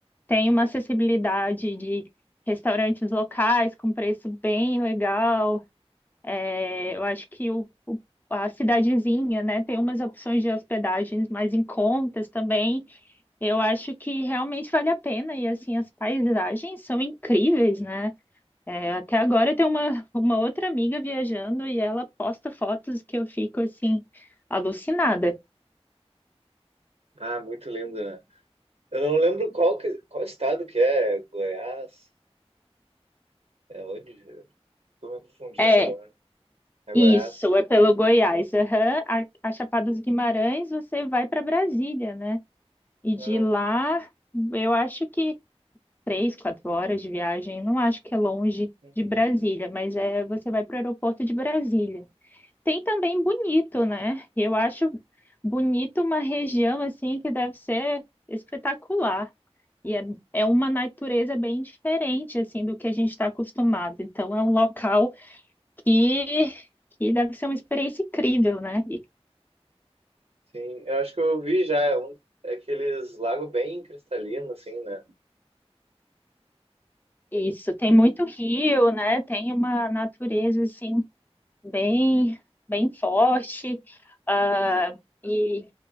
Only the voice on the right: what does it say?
Ah, muito lindo, né? Eu não lembro qual que, qual estado que é, Goiás? É onde? Eu Tô me confundindo
agora. É
Goiás.
Ah,
uhum,
uhum.
Sim, eu acho que eu vi já, é, um, é aqueles lagos bem cristalinos, assim, né?